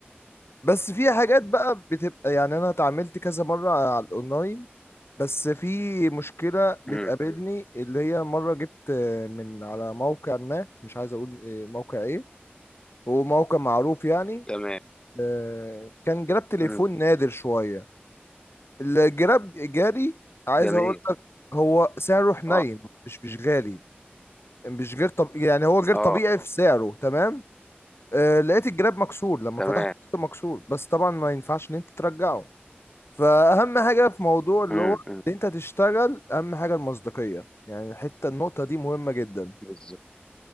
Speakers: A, on the left; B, on the left.
A: بس في حاجات بقى بتبقى يعني انا اتعاملت كذا مرة على الاونلاين بس في مشكلة بتقابلني
B: أمم،
A: اللي هي مرة جبت آه، من على موقع ما مش عايز اقول آه، موقع ايه هو موقع معروف يعني
B: تمام
A: آه، كان جراب تليفون
B: أمم،
A: نادر شوية الجراب جالي عايز
B: جميل
A: اقول لك هو سعره حنين
B: اه
A: مش مش غالي مش غير طب يعني هو غير طبيعي
B: اه
A: في سعره تمام آه، لقيت الجراب مكسور لما
B: تمام
A: فتحته لقيته مكسور بس طبعا ما ينفعش ان انت ترجعه فأهم حاجة في موضوع اللي
B: أمم،
A: هو
B: أمم،
A: إن أنت تشتغل أهم حاجة المصداقية يعني الحتة النقطة دي مهمة جدا
B: بالظبط